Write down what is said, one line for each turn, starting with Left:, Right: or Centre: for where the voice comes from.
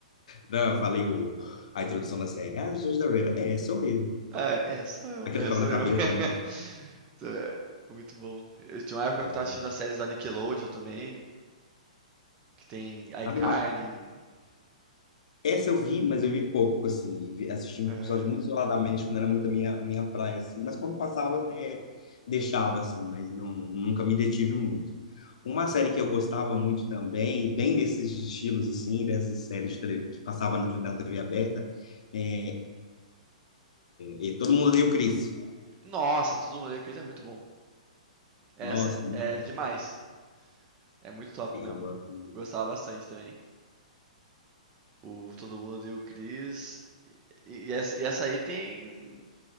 Left: Não, eu falei o, a introdução da série. Ah, Jesus da Raven. É, sou eu.
Right: Ah, é, sou eu.
Left: Aquilo
Right: É,
Left: ficava
Right: sou
Left: na cabeça,
Right: eu. <laughs>
Left: né?
Right: Então, é, Muito bom. Eu tinha uma época
Left: Ah,
Right: que eu tava
Left: eu,
Right: assistindo as séries da Nickelodeon também, que tem iCarly.
Left: sabe uma. Essa eu vi, mas eu vi pouco, assim. Vi- Assisti um
Right: aham.
Left: episódio muito isoladamente, quando era muito a minha, a minha praia, assim. Mas quando passava, até deixava, assim. Mas não, nunca me detive muito. Uma série que eu gostava muito também, e bem nesses estilos, assim, dessas séries de tele, que passava na, na TV aberta, é, é Todo Mundo Odeia o Chris.
Right: Nossa, todo mundo odeia o Chris é muito bom. Essa
Left: Nossa, muito-
Right: é demais. É muito top
Left: eu
Right: mesmo.
Left: gosto.
Right: Gostava bastante também. O Todo Mundo Odeia o Chris. E, e essa, e essa aí tem,